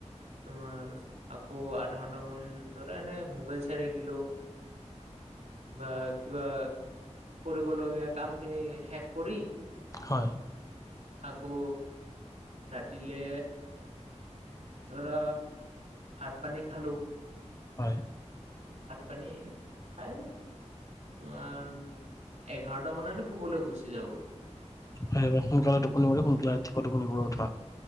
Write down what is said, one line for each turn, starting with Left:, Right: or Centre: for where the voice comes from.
Right: তোমাৰ আকৌ, আধা ঘণ্টা মান ধৰা এনে, মোবাইল চায় থাকিলো। বা কিবা, কৰিব লগীয়া কাম খিনি, শেষ কৰি
Left: হয়।
Right: আকৌ ৰাতিলে ধৰা, ভাত-পানী খালোঁ।
Left: হয়।
Right: ভাত-পানী খাই তোমাৰ, এঘাৰটা মানলৈ শুবলৈ গুচি যাওগৈ।
Left: হয়, সোনকালে টোপনি মাৰি, সোনকালে ৰাতিপুৱা টোপনিৰ পৰা উঠা।